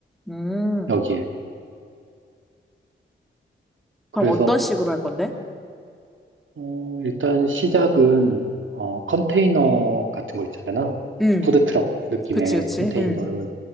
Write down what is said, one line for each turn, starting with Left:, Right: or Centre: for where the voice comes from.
Centre: 음.
Right: 여기엔. 그래서,
Centre: 그럼 어떤 식으로 할 건데?
Right: 어, 일단 시작은, 어, 컨테이너 같은 거 있잖아.
Centre: 응,
Right: 푸드트럭 음, 느낌의
Centre: 그치, 그치.
Right: 컨테이너를
Centre: 응,